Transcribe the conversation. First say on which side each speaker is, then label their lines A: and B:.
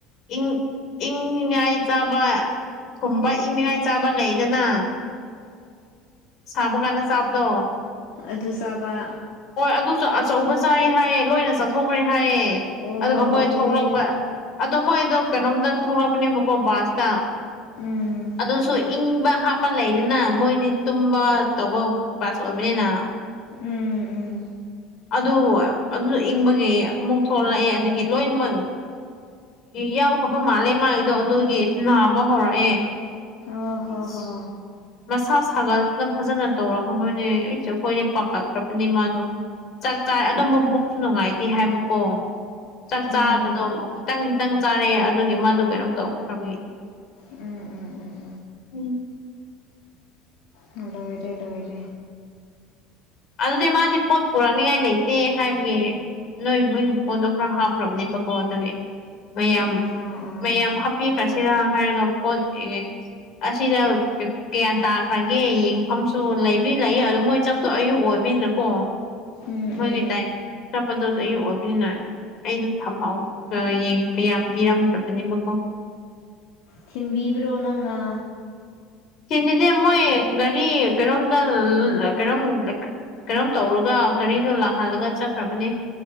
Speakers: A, on the left; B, on the left.
A: ꯏꯪ ꯏꯪꯉꯥꯏ ꯇꯥꯕ ꯨꯝꯕ ꯏꯪꯅꯤꯉꯥꯏ ꯆꯥꯕ ꯂꯩꯗꯅ ꯁꯥꯕ ꯀꯥꯟꯗ ꯆꯕꯗꯣ
B: ꯑꯗꯨ ꯆꯥꯕ
A: ꯑꯗꯨꯁꯨ ꯑꯆꯧꯕ ꯆꯥꯔꯦ ꯍꯥꯏꯌꯦ ꯂꯣꯏꯅ ꯆꯠꯊꯣꯛꯈ꯭ꯔꯦ ꯍꯥꯏꯌꯦ
B: ꯑꯣ
A: ꯑꯗꯨꯒ ꯃꯣꯏ
B: ꯑꯗꯨꯒꯤ
A: ꯊꯣꯛꯂꯛꯄ ꯑꯗꯣ ꯃꯣꯏꯗꯣ ꯀꯩꯅꯣꯝꯗ ꯊꯣꯛꯂꯛꯄꯅꯦꯕꯀꯣ ꯕꯥꯁꯇ
B: ꯎꯝ
A: ꯑꯗꯨꯁꯨ ꯏꯪꯕ ꯍꯥꯞꯄ ꯂꯩꯗꯅ ꯃꯣꯏꯗꯤ ꯇꯨꯝꯕ ꯇꯧꯕ ꯄꯥꯁ ꯑꯣꯏꯕꯅꯤꯅ
B: ꯎꯝ ꯎꯝ
A: ꯑꯗꯨ ꯑꯗꯨꯁꯨ ꯏꯪꯕꯒꯤ ꯑꯃꯨꯛ ꯊꯣꯛꯂꯛꯑꯦ ꯑꯗꯨꯗꯒꯤ ꯂꯣꯏꯅꯃꯛ ꯌꯥꯎꯈ꯭ꯔꯕ ꯃꯥꯜꯂꯦ ꯃꯥꯒꯤꯗꯣ ꯑꯗꯨꯒꯤ ꯅꯥꯕ ꯍꯧꯔꯛꯑꯦ
B: ꯑ ꯍꯣ
A: ꯏꯁ
B: ꯍꯣ
A: ꯃꯁꯥ ꯁꯥꯒꯠꯅ ꯐꯖꯅ ꯇꯧꯔꯛꯈ꯭ꯔꯕꯅꯦ ꯑꯁ ꯑꯩꯈꯣꯏꯗꯤ ꯄꯥꯈꯠꯈ꯭ꯔꯕꯅꯤ ꯃꯥꯗꯣ ꯆꯥꯛꯆꯏ ꯑꯗꯨꯝ ꯃꯕꯨꯛꯁꯨ ꯅꯨꯡꯉꯥꯏꯇꯦ ꯍꯥꯏꯕꯀꯣ ꯆꯥꯛ
B: ꯎꯝ
A: ꯆꯥꯕꯗꯣ ꯈꯤꯇꯪ ꯈꯤꯇꯪ ꯆꯥꯔꯦ ꯑꯗꯨꯒꯤ ꯃꯥꯗꯣ ꯀꯩꯅꯣꯝ ꯇꯧꯈ꯭ꯔꯕꯒꯤ
B: ꯎꯝ ꯎꯝ ꯎꯝ
A: ꯎꯝ
B: ꯎꯝ ꯂꯣꯏꯔꯦ ꯂꯣꯏꯔꯦ
A: ꯑꯗꯨꯗꯤ ꯃꯥꯗꯤ ꯄꯣꯠ ꯄꯨꯔꯛꯅꯤꯉꯥꯏ ꯂꯩꯇꯦ ꯍꯥꯏꯕꯒꯤ ꯅꯣꯏ ꯃꯣꯏꯒꯤ ꯄꯣꯠꯇꯣ ꯈꯔ ꯍꯥꯞꯈ꯭ꯔꯕꯅꯦꯕꯀꯣ ꯑꯗꯨꯒꯤ ꯃꯌꯥꯝ
B: ꯑꯥ ꯑꯥ
A: ꯃꯌꯥꯝ ꯍꯥꯞꯄꯤ ꯈ꯭ꯔꯁꯤꯔ ꯍꯥꯏꯔꯒ ꯄꯣꯠ ꯑꯁꯤꯗ ꯀꯌꯥ ꯇꯥꯈ꯭ꯔꯒꯦ ꯌꯦꯡꯐꯝꯁꯨ ꯂꯩꯕꯔꯤ ꯂꯩꯌꯦ ꯑꯗꯨ ꯃꯣꯏ ꯆꯠꯇꯣ ꯑꯌꯨꯛ ꯑꯣꯏꯕꯅꯤꯅꯀꯣ
B: ꯎꯝ
A: ꯃꯣꯏꯒꯤ
B: ꯎꯝ ꯎꯝ
A: ꯇꯥꯏ ꯆꯠꯄꯗꯨꯗ ꯑꯌꯨꯛ ꯑꯣꯏꯕꯅꯤꯅ ꯑꯩꯅ ꯊꯝꯍꯥꯎ ꯌꯦꯡ ꯌꯥꯝ ꯄꯤꯔꯝꯗ꯭ꯔꯕꯅꯦꯕꯀꯣ
B: ꯊꯤꯟꯕꯤꯕ꯭ꯔꯣ ꯅꯪꯅ
A: ꯁꯤꯗꯗꯤ ꯃꯣꯏ ꯒꯥꯔꯤ ꯀꯩꯅꯣꯝꯗ ꯂꯥ ꯀꯩꯅꯣꯝ ꯀꯩꯅꯣꯝ ꯇꯧꯔꯒ ꯒꯥꯔꯤꯗꯣ ꯂꯥꯛꯍꯜꯂꯒ ꯆꯠꯈ꯭ꯔꯕꯅꯦ